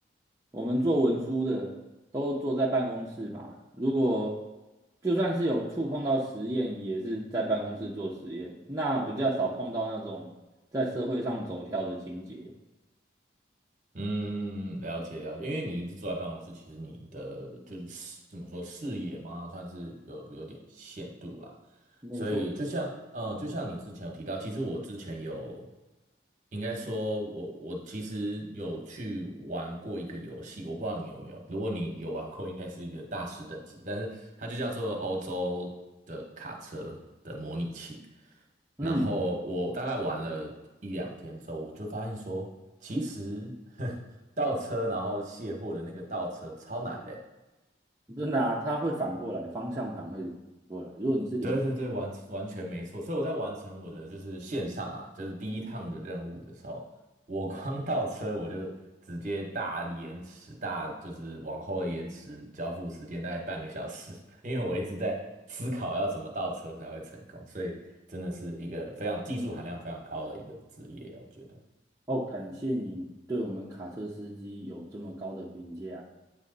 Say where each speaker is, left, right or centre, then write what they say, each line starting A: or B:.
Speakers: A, on the right; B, on the right.
A: 我们做文书的，都坐在办公室嘛。如果就算是有触碰到实验，也是在办公室做实验，那比较少碰到那种在社会上走跳的情节。
B: 嗯，了解了解，因为你一直坐在办公室，其实你的就是视怎么说视野嘛，算是有有点限度啦。
A: 没错，
B: 所以就像嗯，呃就像你之前有提到，其实我之前有，应该说我我其实有去玩过一个游戏，我不知道你有没有，如果你有玩过，应该是一个大师等级，但是它就叫做欧洲的卡车的模拟器。
A: 嗯，
B: 然后我大概玩了一两天之后，我就发现说，其实 <laughs> 倒车然后卸货的那个倒车超难的欸
A: 真的啊，它会反过来，方向盘会反过来。如果你是连
B: 对对对，完完全没错。所以我在完成我的就是线上啦，就是第一趟的任务的时候，我光倒车我就直接大延迟，大就是往后延迟交付时间大概半个小时，<laughs> 因为我一直在思考要怎么倒车才会成功，所以真的是一个非常技术含量非常高的一个职业啊，我觉得。
A: 哦，感谢你对我们卡车司机有这么高的评价。